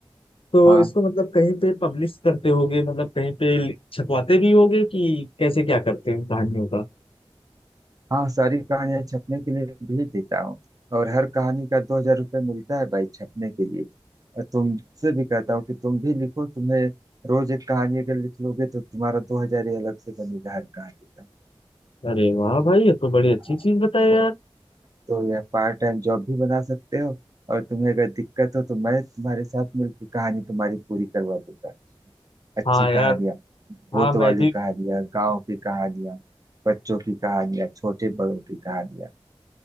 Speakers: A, on the left; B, on the right.
A: तो
B: हाँ
A: इसको मतलब कहीं पे पब्लिश करते होगे मतलब कहीं पे लि- छपवाते भी होगे कि कैसे क्या करते हैं इन कहानियों का
B: हाँ सारी कहानियां छपने के लिए भेज देता हूँ और हर कहानी का दो हजार रुपये मिलता है भाई छपने के लिए और तुमसे भी कहता हूँ कि तुम भी लिखो तुम्हें रोज एक कहानी अगर लिख लोगे तो तुम्हारा दो हजार ही अलग से बनेगा हर कहानी का
A: अरे वाह भाई ये तो बड़ी अच्छी
B: हाँ,
A: चीज बताया
B: तो,
A: यार
B: तो यह पार्ट टाइम जॉब भी बना सकते हो और तुम्हें अगर दिक्कत हो तो मैं तुम्हारे साथ मिलकर कहानी तुम्हारी पूरी करवा दूंगा अच्छी
A: हाँ
B: कहानियां
A: यार
B: भूत
A: हाँ मैं
B: वाली
A: भी
B: कहानियां गांव की कहानियां बच्चों की कहानियां छोटे बड़ों की कहानियां